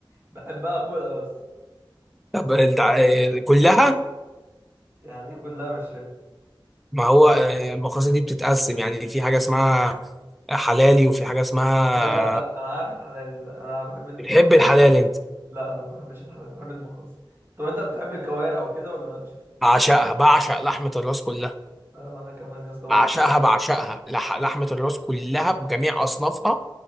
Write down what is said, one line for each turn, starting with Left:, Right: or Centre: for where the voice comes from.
Right: بحبها اكلها بس
Centre: طب انت آه، كلها
Right: يعني إيه كلها مش فاهم.
Centre: ما هو آه، المقاصد دي بتتقسم يعني في حاجة اسمها حلالي وفي حاجة اسمها
Right: أي- لا لا انا عارف الحلال ده انا بحب المخاص
Centre: بتحب الحلال انت
Right: لا لا ما بحبش الحلال بحب المخلص طب انت بتحب الكوارع وكده ولا مالكش فيها
Centre: بعشقها بعشق لحمة الراس كلها
Right: آه وانا كمان يا اسطى واللي
Centre: بعشقها بعشقها لح... لحمة الراس كلها بجميع أصنافها